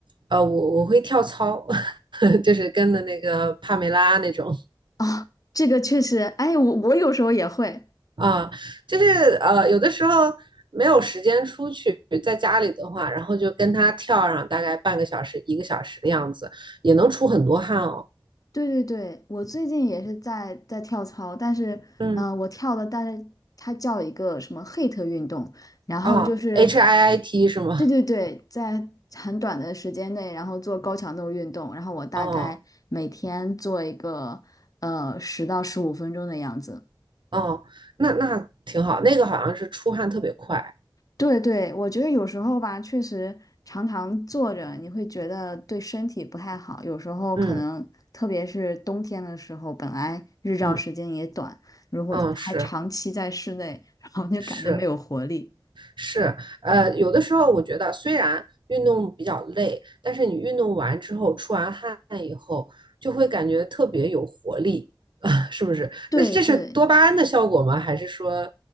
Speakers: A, on the right; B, on the left.
A: 呃，我我会跳操，<laughs> 就是跟的那个帕梅拉那种，
B: 啊这个确实，哎，我我有时候也会。
A: 啊，就是呃，有的时候没有时间出去，在家里的话，然后就跟他跳上大概半个小时、一个小时的样子，也能出很多汗哦。
B: 对对对，我最近也是在在跳操，但是，
A: 嗯，
B: 嗯，我跳的，但是它叫一个什么 HIIT 运动，然后就是，
A: 哦，HIIT 是吗？
B: 对对对，在很短的时间内，然后做高强度运动，然后我大概每天做一个呃十到十五分钟的样子。
A: 哦哦，那那挺好，那个好像是出汗特别快。
B: 对对，我觉得有时候吧，确实常常坐着，你会觉得对身体不太好。有时候可能，
A: 嗯
B: 特别是冬天的时候，本来日照时间也短，
A: 嗯
B: 如果还长期在室内，
A: 嗯，是
B: <laughs> 然后就感觉没有活力。
A: 是。是，呃，有的时候我觉得虽然运动比较累，但是你运动完之后出完汗以后，就会感觉特别有活力，<laughs> 啊，是不是？
B: 对对，
A: 那这是多巴胺的效果吗？还是说，